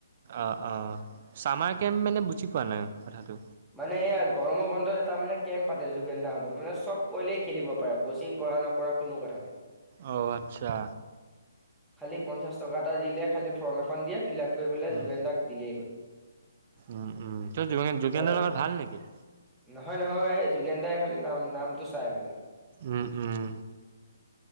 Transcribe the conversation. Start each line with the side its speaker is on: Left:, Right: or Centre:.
Right: অঁ অঁ, চামাৰ কেম্প মানে বুজি পোৱা নাই কথাটো?
Centre: মানে গৰমৰ বন্ধত এটা মানে কেম্প পাতে যোগেন দাহত মানে চব পোৱালিয়ে খেলিব পাৰে কচিং ক কৰা নকৰা কোনো কথা নাই।
Right: অঁ, আচ্ছা।
Centre: খালি পঞ্চাছ টকা এটা দিলে, খালি ফৰ্ম এখন দিয়ে ফিলাপ কৰিবলে
Right: উম,
Centre: যোগেন দাক দিলে হল।
Right: উম উম, তোৰ যুগেন যুগেন
Centre: তাৰপিছত
Right: দাৰ লগত লগত ভাল নেকি?
Centre: নহয় নহয় এই যোগেন দাই খালি নাম নামটো চাই মানে।
Right: উম উম।